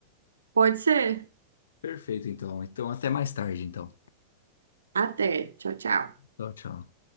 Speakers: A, on the right; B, on the left.
A: pode ser.
B: Perfeito, então. Então, até mais tarde, então.
A: Até. Tchau, tchau.
B: Tchau, tchau.